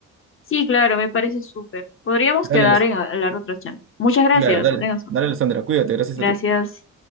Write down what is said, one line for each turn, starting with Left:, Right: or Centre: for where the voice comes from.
Left: Sí, claro, me parece súper. Podríamos
Right: Dale,
Left: quedar
Right: Aless-
Left: en hablar otra chance. Muchas gracias,
Right: claro, dale.
Left: que tengas.
Right: Dale, Alessandra, cuídate, gracias
Left: Gracias.
Right: a ti.